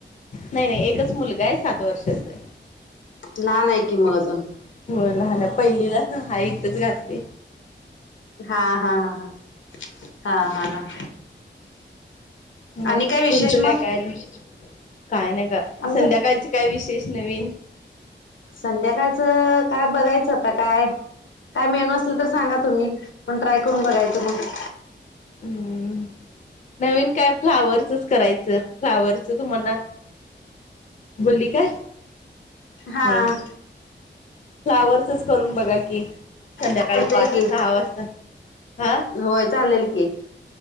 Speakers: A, on the left; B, on the left.
A: नाही, नाही, एकच मुलगा आहे सात वर्षांचा.
B: लहान आहे की मग अजून
A: हो, लहान आहे पहिलीलाच आहे इथेच घातलंय.
B: हा हा हा हा हा हा हा.
A: मग
B: आणि काय विशेष
A: तुमचं
B: मग
A: काय काय विशेष? काय नाही का
B: आमचं
A: संध्याकाळच काय विशेष नवीन?
B: संध्याकाळचं काय बघायचं, आता काय काय मेनू असले तर सांगा तुम्ही, मगं ट्राय करून बघायचं मग
A: हम्. नवीन काय फ्लावरचंच करायचं, फ्लावरचं तुम्हाला बोलली काय
B: हा
A: नाही, फ्लावर्सच करून बघा की संध्याकाळी
B: चालतंय
A: पाच-
B: की
A: सहा वाजता हा
B: होय, चाललेल की.